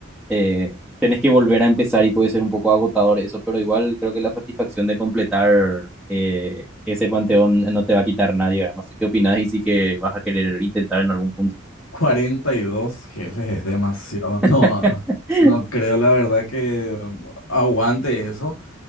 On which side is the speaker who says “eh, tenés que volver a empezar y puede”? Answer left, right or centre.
Centre